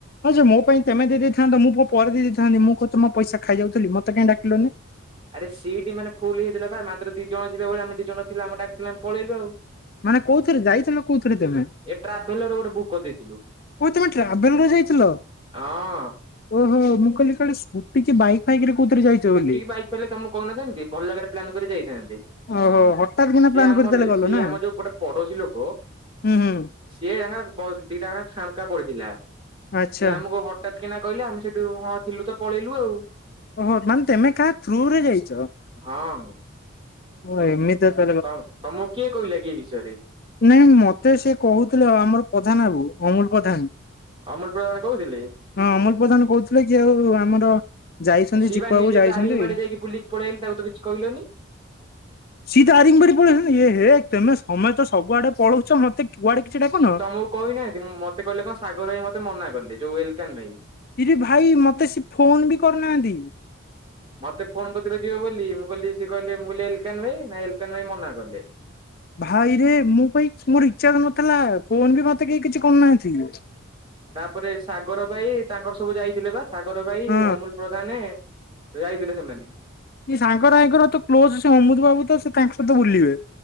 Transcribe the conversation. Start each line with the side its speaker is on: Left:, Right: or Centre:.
Left: ହଁ ଯେ ମୋ ପାଇଁ ତେମେ ଦେଇ ଦେଇଥାନ୍ତ ମୁଁ ପ ପରେ ଦେଇ ଦେଇଥାନ୍ତି ମୁଁ କଁ ତମ ପଇସା ଖାଇ ଯାଉଥିଲି ମତେ କାଇଁ ଡାକିଲନି।
Right: ଆରେ ସିଟ୍ ମାନେ ଫୁଲ ହେଇ ଯାଇଥିଲା ବା ମାତ୍ର ଦି ଜଣ ଯିବା ଭଳି ଆମେ ଦି ଜଣ ଥିଲୁ ଆମକୁ ଡ଼ାକିଥିଲେ ଆମେ ପଳେଇଲୁ ଆଉ।
Left: ମାନେ କୋଉଥିରେ ଯାଇଥିଲ କୋଉଥିରେ ତମେ?
Right: ଏ ଟ୍ରାଭେଲର ରୁ ଗୋଟେ ବୁକ୍ କରିଦେଇଥିଲୁ।
Left: ଓହ ତମେ ଟ୍ରାଭେଲର ରେ ଯାଇଥିଲ
Right: ହଁ।
Left: ଓହୋ ମୁଁ କହିଲି କାଳେ ସ୍କୁଟି କି ବାଇକ୍ ବାଇକ୍ ରେ କୋଉଥିରେ ଯାଇଛ
Right: ସ୍କୁଟି
Left: ବୋଲି।
Right: କି ବାଇକ୍ ହେଲେ ତମକୁ କହିନଥାନ୍ତି ଭଲ ଜାଗାରେ ପ୍ଲାନ୍ କରି ଯାଇଥାନ୍ତେ।
Left: ଓହୋ ହଠାତ୍ କିନା
Right: ସିଏ
Left: ପ୍ଲାନ୍
Right: ଆମରେ
Left: କରି ତାହେଲେ ଗଲ
Right: ସିଏ
Left: ନା
Right: ଆମ ଯୋଉ ଗୋଟେ ପଡୋଶୀ ଲୋକ
Left: ହୁଁ ହୁଁ
Right: ସିଏ ହାଁ ବ ଆମର ଦିଟା ହାଁ ଫାଙ୍କା ପଡିଥିଲା ସିଏ
Left: ଆଚ୍ଛା।
Right: ଆମକୁ ହ ହଠାତ୍ କିିନା କହିଲେ ଆମେ ସେଠୁ ହଁ ଥିଲୁ ତ ପଳେଇଲୁ ଆଉ।
Left: ଓହୋ ମାନେ ତେମେ କାହା ଥ୍ରୁ ରେ ଯାଇଚ?
Right: ହଁ।
Left: ଓହ ଏମିତି ଆତ
Right: ଆ ତମ ତମକୁ କିଏ କହିଲା କି ଏ ବିଷୟରେ?
Left: ନାଇଁ ମତେ ସେ କହୁଥିଲେ ଆମର ପଧାନ ବାବୁ ଅମୁଲ ପଧାନ।
Right: ଅମୁଲ ପ୍ରଆନ କହିଁଥିଲେ?
Left: ହଁ ଅମୁଲ ପ୍ରଧାନ କହୁଥିଲେ କି ଆଉ ଆମର ଯାଇଛନ୍ତି
Right: ଆ ସିଏ
Left: ଚିକୁବାବୁ
Right: ବା ନିଜେ
Left: ଯାଇଛନ୍ତି
Right: ଦାରିଙ୍ଗ ବାଡି ଯାଇକି ବୁଲିକି ପଳେଇ ଆଇଲ ତାକୁ ତ କିଛି କହିଲନି?
Left: ସିଏ ଦାରିଙ୍ଗବାଡି ପଳେଇଆଇଲେଣି ଏ ହେ ତେମେ ସମସ୍ତେ ସବୁଆଡେ ପଳଉଚ ମତେ କୁଆଡେ କିଛି ଡାକୁନ।
Right: ଏ ତମକୁ କହିନାହାନ୍ତି ମତେ କହିଲେ କଁ ସାଗର ଭାଇ ମତେ ମନା କଲେ ଯୋଉ ୱଲକ୍ୟନ୍ ପାଇଁ।
Left: ଇରେ ଭାଇ ମତେ ସେ ଫୋନ ବି କରନାହାନ୍ତି।
Right: ମତେ ଫୋନ କରିଥିଲେ ଯିବେ ବୋଲି ମୁଁ କହିଲି ସେ କହିଲେ ମୁଁ କହିଲି ଏଲକାନ ଭାଇ ନା ଏଲକାନ ଭାଇ ମନା କଲେ।
Left: ଭାଇରେ ମୋ ପାଇଁ ମୋର ଇଚାଜ୍ ନଥିଲା ଫୋନ ବି ମତେ କେହି କିଛି କରିନାଆନ୍ତି।
Right: ତାପରେ ସାଗର ଭାଇ ତାଙ୍କର ସବୁ ଯାଇଥିଲେ ବା ସାଗର ଭାଇ
Left: ହଁ
Right: ଅମୁଲ ପ୍ରଧାନ ଯାଇଥିଲେ ସେମାନେ।
Left: ଇ ସାଗରଭାଇଙ୍କର ତ କ୍ଲୋଜ ସେ ଅମୁଦ ବାବୁ ତ ସେ ତାଙ୍କ ସହିତ ବୁଲିବେ।